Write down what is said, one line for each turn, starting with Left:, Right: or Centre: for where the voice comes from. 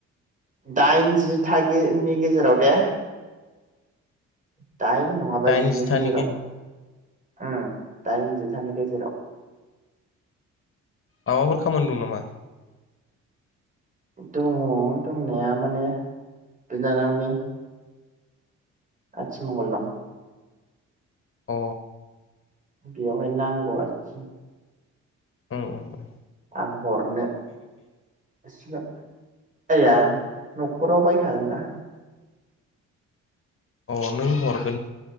Right: दाइन जिथागिनि गेजेराव दे। <inaudible> दाइन नङाबा
Left: दाइन
Right: जिनि
Left: जिथानि
Right: गेजेराव। उम दाइन जिथानि गेजेराव
Left: माबाफोर खामानि दं नामा?
Right: दङ दंनाया माने बिनानावनि आथिमंगल दं।
Left: अ
Right: बेयावहाय नांगौ आरोखि।
Left: ओम ओम।
Right: आं हरनो बिसिनो। आया न'खराव बायखागोन ना?
Left: अ नों हर